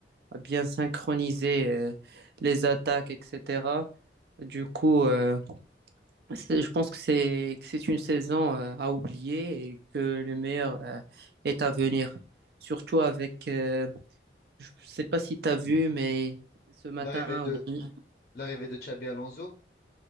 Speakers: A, on the right (about 65°); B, on the left (about 45°).
A: à bien synchroniser euh, les attaques, etc. Du coup, euh, c'est- Je pense que c'est que c'est une saison euh, à oublier et que le meilleur euh, est à venir. Surtout avec, euh, je sais pas si tu as vu, mais ce matin,
B: L'arrivée de,
A: ou bien,
B: l'arrivée de Xabi Alonso,